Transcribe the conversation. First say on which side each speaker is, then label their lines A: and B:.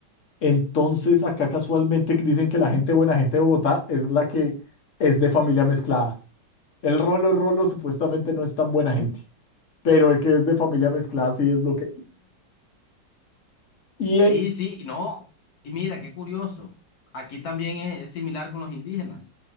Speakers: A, on the left; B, on the left.
A: Entonces, acá casualmente dicen que la gente buena, gente de Bogotá, es la que es de familia mezclada. El rolo rolo supuestamente no es tan buena gente, pero el que es de familia mezclada sí es lo que... Y
B: Sí,
A: el,
B: sí, no. Y mira, qué curioso. Aquí también es, es similar con los indígenas.